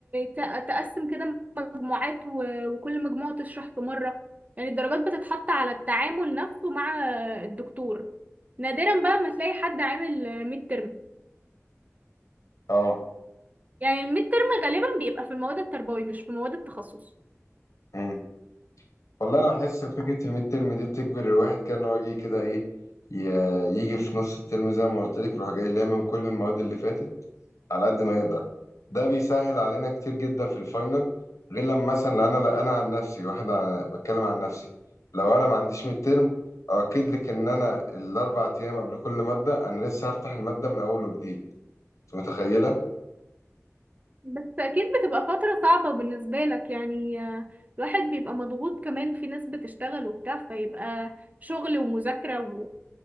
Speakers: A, on the right (about 30°); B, on the left (about 75°).
A: ت- تقسم كده مجموعات و- وكل مجموعة تشرح في مرة يعني الدرجات بتتحط على التعامل نفسه مع الدكتور نادرا بقى ما تلاقي حد عامل ميد ترم
B: اه
A: يعني الميد ترم غالبا بيبقى في المواد التربوي مش في مواد التخصص
B: امم والله انا بحس فكره الميد ترم دي بتجبر الواحد كده ان هو يجي كده ايه ي- يجي في نص الترم زي ما قلت لك يروح جاي لامم كل المواد اللي فاتت على قد ما يقدر ده بيسهل علينا كتير جدا في الفاينل غير لما مثلا انا لا انا عن نفسي واحد ع- بتكلم عن نفسي لو انا ما عنديش ميد ترم اؤكد لك ان انا الاربع ايام قبل كل ماده انا لسه هفتح الماده من اول وجديد أنت متخيله
A: بس اكيد بتبقى فترة صعبة بالنسبة لك يعني آه، الواحد بيبقى مضغوط كمان في ناس بتشتغل وبتاع فيبقى شغل ومذاكرة و...